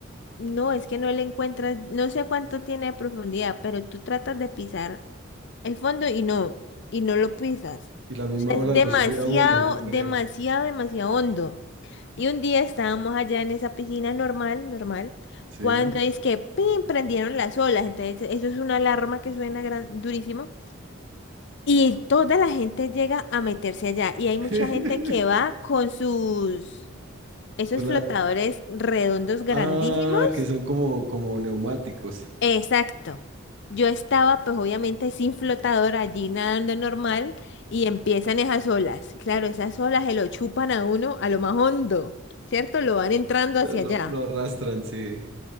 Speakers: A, on the left (about 60°); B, on the right (about 65°).
A: no, es que no le encuentras, no sé cuánto tiene de profundidad, pero tú tratas de pisar el fondo y no, y no lo pisas.
B: Y la misma
A: O sea,
B: ola
A: es demasiado,
B: lo sube a uno, yo creo.
A: demasiado, demasiado hondo. Y un día estábamos allá en esa piscina normal, normal,
B: Sí.
A: cuando es que ¡pim! prendieron las olas. Entonces, eso es una alarma que suena gran, durísimo. Y toda la gente llega a meterse allá. Y hay mucha
B: <laughs>
A: gente que va con sus, esos
B: Con
A: flotadores
B: la...
A: redondos grandísimos
B: Ah, que son como, como neumáticos.
A: Exacto. Yo estaba, pues obviamente sin flotador allí nadando normal y empiezan esas olas. Claro, esas olas se lo chupan a uno a lo más hondo, ¿cierto? Lo van entrando
B: Lo,
A: hacia
B: lo-
A: allá.
B: lo arrastran, sí.